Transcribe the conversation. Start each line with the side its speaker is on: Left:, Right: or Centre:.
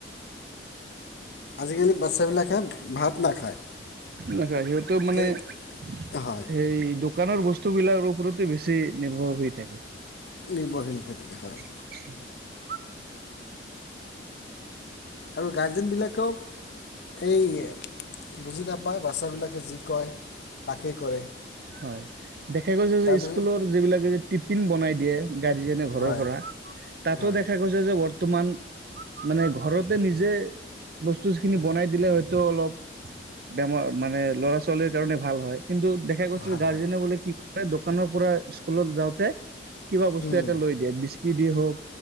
Left: আজিকালি বাচ্ছাবিলাকে, ভাত নাখায়।
Right: না সিহঁতেও মানে
Left: এই
Right: সেই
Left: হয়
Right: দোকানৰ বস্তুবিলাকৰ ওপৰতে বেছি নিৰ্ভৰ হৈ থাকে।
Left: নিৰ্ভৰশীল হৈ থাকে হয়।
Right: <inaudible>
Left: আৰু গাৰ্জেন বিলাকেও এই বুজি নাপায় বাচ্ছাবিলাকে যি কয় তাকেই কৰে।
Right: হয় দেখা গৈছে যে
Left: তাৰপিছত
Right: স্কুলৰ যিবিলাক টিফিন বনাই দিয়ে গাৰ্জেনে ঘৰৰ
Left: হয়
Right: পৰা তাতো
Left: হয়
Right: দেখা গৈছে যে ব তমান, মানে ঘৰতে নিজে বস্তু খিনি বনাই দিলে হয়তো অলপ বেমাৰ মানে ল'ৰা ছোৱালীৰ কাৰণে ভাল হয় কিন্তু গাৰ্জেনে
Left: ভাল হয়
Right: বলে <unintelligible> দোকানৰ পৰা স্কুলত যাওঁতে কিবা বস্তু
Left: হুম
Right: এটা লৈ দিয়ে বিছ কি দি হওক,